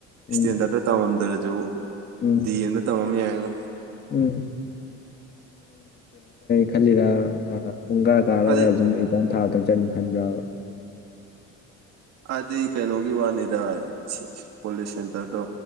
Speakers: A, on the right; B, on the left.
A: ꯏꯁꯇꯦꯟꯗꯔꯗꯠꯇ
B: ꯎꯝ
A: ꯇꯝꯃꯝꯗ꯭ꯔꯁꯨ
B: ꯎꯝ
A: ꯗꯤ ꯑꯦꯝꯗ ꯇꯝꯃꯝ ꯌꯥꯏꯣ
B: ꯎꯝ ꯈꯜꯂꯤꯔꯥ ꯄꯨꯡ ꯀꯥ ꯀꯥꯔꯒ
A: ꯍꯥꯏꯗꯤ
B: ꯑꯗꯨꯝ ꯑꯩꯖꯝ ꯊꯥꯗꯪ ꯆꯟ ꯈꯟꯕ꯭ꯔꯕ
A: ꯑꯗꯨꯗꯤ ꯀꯩꯅꯣꯒꯤ ꯋꯥꯅꯤꯗ ꯀꯣꯂꯦꯖ ꯁꯦꯟꯇꯔꯗꯣ